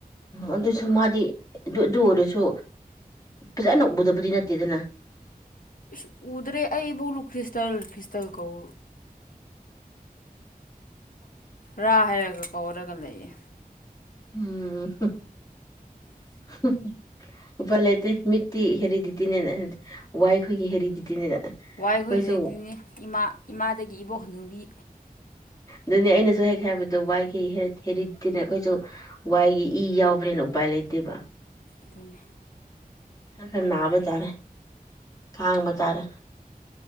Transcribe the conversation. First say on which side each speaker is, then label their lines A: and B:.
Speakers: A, on the left; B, on the left.
A: ꯑꯗꯨꯁꯨ ꯃꯥꯗꯤ ꯑꯗꯨ ꯑꯗꯨ ꯑꯣꯏꯔꯁꯨ ꯐꯖꯟꯅ ꯎꯗꯕꯗꯤ ꯅꯠꯇꯦꯗꯅ <inaudible>
B: ꯏꯁ ꯎꯗ꯭ꯔꯦ ꯑꯩꯕꯨꯛ ꯂꯨ ꯈ꯭ꯔꯤꯁꯇꯜ ꯈ꯭ꯔꯤꯁꯇꯜ ꯀꯧ ꯔꯥ ꯍꯥꯏꯔꯒ ꯀꯧꯔꯒ ꯂꯩꯌꯦ
A: ꯎꯝ <unintelligible> ꯎꯄꯥꯏ ꯂꯩꯇꯦ ꯃꯤꯠꯇꯤ ꯍꯦꯔꯤꯗꯤꯇꯤꯅꯦꯅ ꯋꯥꯏꯈꯣꯏꯒꯤ ꯍꯦꯔꯤꯗꯤꯇꯤꯅꯦꯅ
B: ꯋꯥꯏ
A: ꯑꯩꯈꯣꯏꯁꯨ
B: ꯍꯣꯏꯒꯤ ꯍꯦꯔꯤꯗꯤꯅꯦ ꯏꯃꯥ ꯏꯃꯥꯗꯒꯤ ꯏꯕꯣꯛ ꯍꯅꯨꯕꯤ
A: ꯗꯨꯅꯦ ꯑꯩꯅꯁꯨ ꯍꯦꯛ ꯍꯥꯏꯕꯗꯣ ꯋꯥꯏꯒꯤ ꯍꯦꯔꯤꯗꯤꯇꯤꯅꯦ ꯑꯩꯈꯣꯏꯁꯨ ꯋꯥꯏꯒꯤ ꯏ ꯌꯥꯎꯕꯅꯤꯅ ꯎꯄꯥꯏ ꯂꯩꯇꯦꯕ
B: ꯑꯗꯨꯅꯦ
A: ꯀꯟꯅ ꯅꯥꯕ ꯖꯥꯠꯅꯦ ꯈꯥꯡꯕ ꯇꯥꯔꯦ